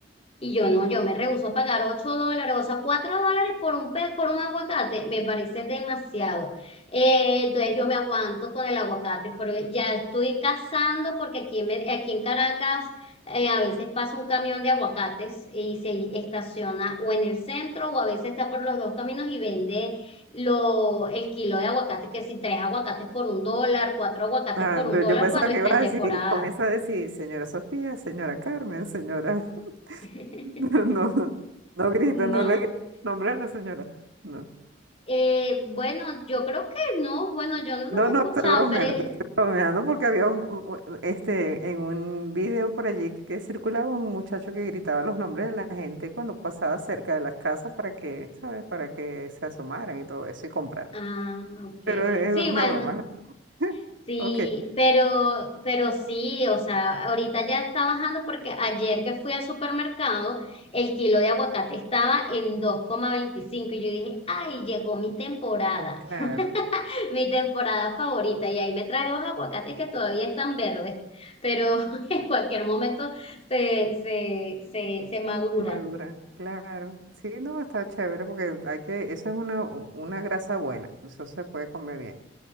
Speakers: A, on the left; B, on the right.
A: Y yo no, yo me rehúso a pagar 8 dólares, o sea, 4 dólares por un pe por un aguacate, me parece demasiado. Eh, entonces yo me aguanto con el aguacate, pero ya estoy cazando porque aquí en, Ve- aquí en Caracas eh, a veces pasa un camión de aguacates y se estaciona o en el centro o a veces está por los dos caminos y vende lo, el kilo de aguacate, que si tres aguacates por un dólar, cuatro aguacates
B: Ah,
A: por un
B: pero
A: dólar
B: yo pensaba
A: cuando
B: que
A: está
B: iba
A: en
B: a
A: temporada.
B: decir, comienza a decir, señora Sofía, señora Carmen, señora.
A: <laughs>
B: <laughs> No, no grita,
A: No.
B: no le grita el nombre a la señora. No,
A: Eh, bueno, yo creo que no, bueno, yo no los
B: no,
A: he
B: no,
A: escuchado,
B: estoy bromeando,
A: pero es-
B: estoy bromeando porque había un, un- un- este, en un video por allí que circulaba un muchacho que gritaba los nombres de la gente cuando pasaba cerca de las casas para que, ¿sabes? Para que se asomaran y todo eso y compraran.
A: ah, ok.
B: Pero es
A: Sí,
B: una
A: bueno,
B: broma. <laughs>
A: sí,
B: Ok,
A: pero, pero sí, o sea, ahorita ya está bajando porque ayer que fui al supermercado, el kilo de aguacate estaba en dos coma veinticinco y yo dije, ay, llegó mi temporada,
B: claro.
A: <laughs> mi temporada favorita, y ahí me trae dos aguacates que todavía están verdes, pero <laughs> en cualquier momento se, se, se, se maduran.
B: Armadura, claro. Sí, no, está chévere porque hay que, eso es una, u- una grasa buena, eso se puede comer bien.